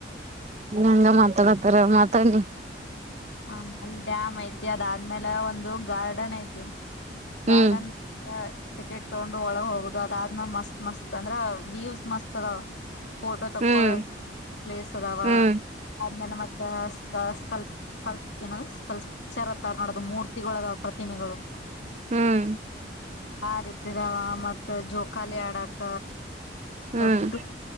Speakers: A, on the right; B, on the left.
A: ನಿಂಗೆ ಮಾತಾಡತಾರ ಮಾತಾಡ್ಲಿ
B: ಹ ಅಲ್ಲಿ ಡ್ಯಾಮ್ ಐತಿ ಅದಾದ್ಮೇಲೆ ಒಂದು ಗಾರ್ಡನ್ ಐತಿ. ಗಾರ್ಡನ್
A: ಹ್ಮ್
B: ನ ಟಿಕೆಟ್ ತಗೊಂಡು ಒಳಗ ಹೋಗುದು ಅದಾದ್ಮೇಲೆ ಮತ್ ಮಸ್ತ್ ಅಂದ್ರೆ ವ್ಯೂ್ಸ್ ಮಸ್ತ್ ಅದ ಫೋಟೋ ತಕ್ಕೊಳ
A: ಹ್ಮ್
B: ಪ್ಲೇಸ್ ಅದಾವ
A: ಹ್ಮ್
B: ಆದ್ಮೇಲೆ ಮತ್ತ ಸ್ ಸ್ಕಲ್ ಸ್ಕಲ್ ಏನ ಸ್ಕಲ್ಚರ್ ಅತ್ತಾರ ನೋಡೋದು ಮೂರ್ತಿಗಳು ಅದ ಪ್ರತಿಮೆಗಳು.
A: ಹ್ಮ್
B: ಆ ರೀತಿದಾವ ಮತ್ ಜೋಕಾಲಿ ಆಡಕ
A: ಹ್ಮ್
B: ದೊಡ್ಡು